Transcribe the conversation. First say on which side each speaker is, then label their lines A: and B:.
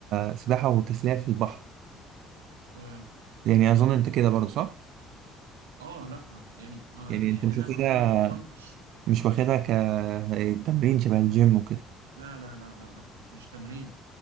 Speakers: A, on the right; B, on the right.
A: كسباحه وتسليه في البحر
B: تمام
A: يعني اظن انت كده برضو صح
B: اه لا يعني آه
A: يعني
B: يعني
A: انت مش
B: انا
A: واخدها
B: ما انا ما اتمرنتش
A: مش واخدها كتمرين شبه الجيم وكده
B: لا لا لا لا لا مش تمرين